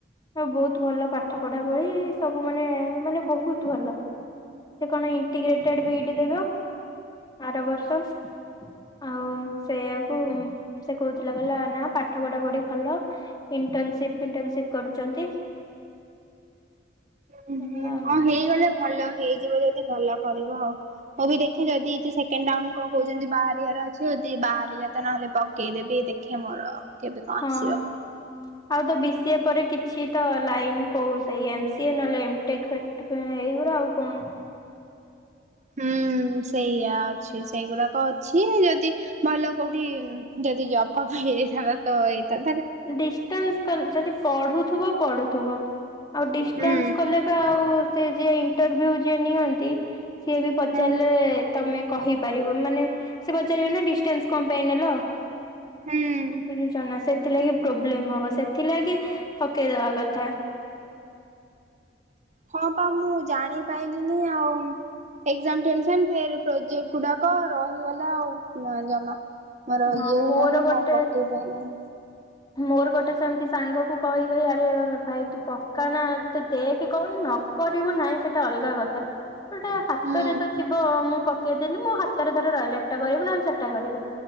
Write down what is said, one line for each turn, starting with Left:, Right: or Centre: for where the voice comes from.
Left: ବହୁତ ଭଲ ପାଠ ପଢା ଭଳି ସବୁ ମାନେ ମାନେ ବହୁତ ଭଲ। ସେ କଣ ଇଣ୍ଟିଗ୍ରେଟେଡ ବି ଇଡି ଦେବ ଆର ବର୍ଷ।
Right: <inaudible>
Left: ଆଉ ସେଇଆକୁ, ସେ କହୁଥିଲା କହିଲା ନା ପାଠ ପଢା ପଢି ଭଲ। ଇଣ୍ଟର୍ନସିପ ଫିଣ୍ଟନସିପ କରୁଛନ୍ତି।
Right: ହଁ ହୁଁ
Left: ଏଇଆ ଆଉ
Right: ହଁ ହେଇଗଲେ ଭଲ ହେଇଯିବ ଯଦି ଭଲ କରିବ ଆଉ। ମୁଁ ବି ଦେଖେ ଯଦି ଏ ଯୋ ସେକେଣ୍ଡ କୁ କହୁଛନ୍ତି ବାହାରିବାର ଅଛି ଯଦି ବାହାରିଲା ତ ନହେଲେ ପକେଇଦେବି। ଦେଖେ ମୋର କେବେ କଣ
Left: ହଁ।
Right: ଆସିବ।
Left: ଆଉ ତ ବି ସି ଏ ପରେ କିଛି ତ ଲାଇନ କହୁ ସେଇ ଏମ ସି ଏ ନହଲେ ଏମ ଟେକ୍ ଏଇଗୁରା ଆଉ କଣ।
Right: ହୁଁ ସେଇଆ ଅଛି ସେଇଗୁଡାକ ଅଛି। ଯଦି ଭଲ କୋଉଠି ଯଦି ଜବ ଫବ ହେଇଯାଇଥାନ୍ତା ତ ଏଇଟା
Left: ଡିଷ୍ଟାନ୍ସ କ ଯଦି ପଢୁଥିବ ପଢୁ ଥୁବ। ଆଉ ଡିଷ୍ଟାନ୍ସ
Right: ହୁଁ
Left: କଲେ ବା ଆଉ ସେ ଯେ ଇଣ୍ଟରଭିଉ ଯିଏ ନିଅନ୍ତି। ସିଏ ବି ପଚାରିଲେ
Right: ହୁଁ
Left: ତମେ କହିପାରିବ ମାନେ ସେ ପଚାରିବେ ନା ଡିଷ୍ଟାନ୍ସ କଣ ପାଇଁ ନେଲ।
Right: ହୁଁ
Left: ବୁଝୁଚ ନା ସେଥିଲାଗି ପ୍ରୋବ୍ଲେମ ହବ ସେଥିଲାଗି ପକେଇଦବା କଥା।
Right: ହଁ ପା ମୁଁ ଜାଣିପାରଲିିନି ଆଉ ଏକ୍ଜାମ ଟେନସନ ଫେରେ ପ୍ରୋଜେକଟ ଗୁଡାକ ରହିଗଲା ଆଉ ଜମା ମୋର
Left: ହଁ
Right: ଇଏ
Left: ମୋର
Right: ହେଲାନି
Left: ଗୋଟେ
Right: ମୁଁ ପକେଇ ପାଇଲିନି।
Left: ମୋର ଗୋଟେ ସେମିତି ସାଙ୍ଗକୁ କହି କହି ଆରେ ରେ ଭାଇ ତୁ ପକାନା ତେ ଦେଖେ କୋଉଠି ନ କରିବୁ ନାହିଁ ସେଟା ଅଲଗା କଥା ଗୋଟେ ହାତରେ
Right: ହୁଁ
Left: ତ ଥିବ ମୁଁ ପକେଇଦେଲି ମୋ ହାତରେ ଧର ରହିଲା ଏଟା କରିବି ନହଲେ ସେଟା କରିବି।